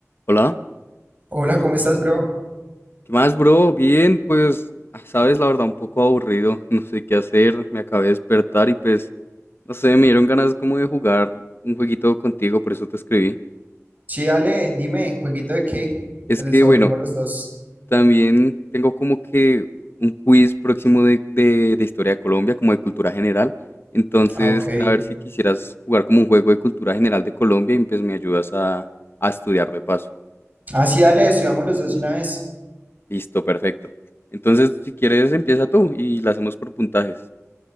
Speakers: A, on the left (about 45°); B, on the right (about 35°).
A: Hola,
B: Hola, ¿cómo estás, bro?
A: ¿qué más, bro? Bien, pues, ah, sabes, la verdad, un poco aburrido, <laughs> no sé qué hacer, me acabé de despertar y pues, no sé, me dieron ganas como de jugar un jueguito contigo, por eso te escribí.
B: Sí, dale, dime, ¿jueguito de qué?
A: Es
B: Nos
A: que,
B: desaburrimos
A: bueno,
B: los dos.
A: también tengo como que un quiz próximo de, de, de historia de Colombia, como de cultura general, entonces,
B: Ah, ok.
A: era a ver si quisieras jugar como un juego de cultura general de Colombia y pues me ayudas a, a estudiar de paso.
B: Ah, sí, dale, estudiamos los dos de una vez.
A: Listo, perfecto. Entonces, si quieres, empieza tú y la hacemos por puntajes.